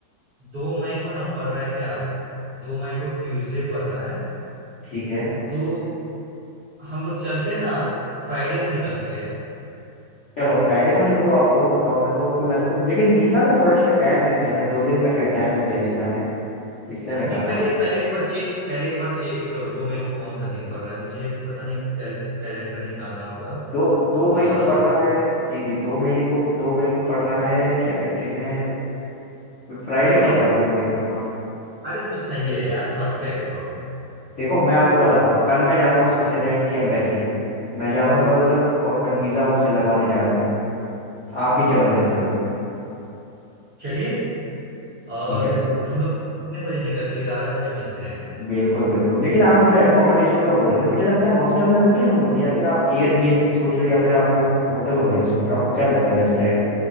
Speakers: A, on the right (about 45°); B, on the left (about 60°).
A: दो मई को ना पड़ रहा है क्या दो मई को ट्यूसडे पड़ रहा है
B: ठीक है
A: तो हम लोग चलते हैं ना फ्राइडे को निकलते हैं
B: चलो फ्राइडे को निकलो आप और बताओ मैं तो मैं तो लेकिन वीजा में थोड़ा शायद टाइम लग जाए मैं दो दिन का शायद टाइम लग जाए वीजा में इसलिए मैं
A: नहीं
B: कर रहा
A: पहले
B: हूँ
A: पहले एक बार चेक पहले एक बार चेक करो दो मई को कौन सा दिन पड़ रहा है मुझे पता नहीं कैल, कैलेंडर निकालना होगा
B: दो दो
A: आ,
B: मई को पड़ रहा है जी जी दो महीने को दो मई को पड़ रहा है क्या कहते हैं फ्राइडे
A: फ्राइडे
B: पड़ रहा है दो मई को हाँ
A: अरे तो सही है यार परफेक्ट हो
B: देखो मैं आपको बताता हूँ कल मैं जा रहा हूँ स्विट्जरलैंड की एम्बेसी मैं जा रहा हूँ कल उधर और मैं वीजा उनसे लगवाने जा रहा हूँ आप भी चलो मेरे साथ
A: चलिए और
B: ठीक है
A: हम लोग कितने बजे निकलते ग्यारह बजे मिलते हैं
B: बिल्कुल बिल्कुल लेकिन आप मुझे अकोमोडेशन का बोले थे मुझे लगता है हॉस्टल में रुके हम लोग या फिर आप एयरबीएनबी सोच रहे हो या फिर आप वो होटल वगैरह सोच रहे हो आपको क्या लगता है बेस्ट रहेगा